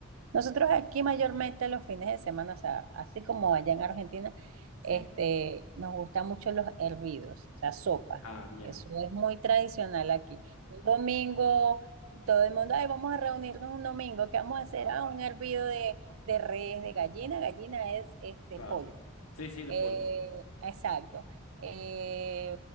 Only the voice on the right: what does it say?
Nosotros aquí mayormente los fines de semana, o sea, así como allá en Argentina,
este, nos gustan mucho los hervidos, o sea, sopa.
Eso es muy tradicional aquí. Un domingo, todo el mundo, ay, vamos a reunirnos un domingo, ¿qué vamos a hacer? Ah, un hervido de, de res, de gallina. Gallina es este
pollo.
Eh,
exacto. Eh,